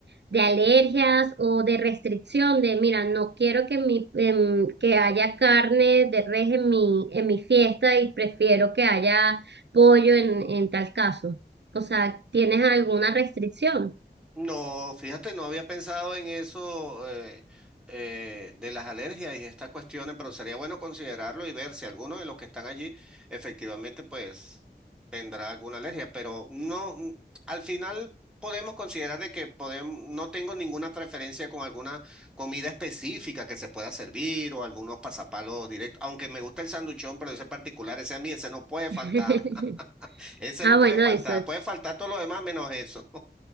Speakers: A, on the right; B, in the centre.
A: de alergias o de restricción de, mira, no quiero que mi, em, que haya carne de res en mi, en mi fiesta y prefiero que haya pollo en, en tal caso? O sea, ¿tienes alguna restricción?
B: No, fíjate, no había pensado en eso eh, eh, de las alergias y estas cuestiones, pero sería bueno considerarlo y ver si alguno de los que están allí efectivamente pues tendrá alguna alergia, pero no, mm, al final podemos considerar de que podemos, no tengo ninguna preferencia con alguna comida específica que se pueda servir o algunos pasapalos directos, aunque me gusta el sanduchón, pero ese particular, ese a mí, ese no puede
A: <laughs>
B: faltar, <laughs> ese
A: Ah,
B: no
A: bueno,
B: puede faltar,
A: eso.
B: puede faltar todo lo demás menos eso.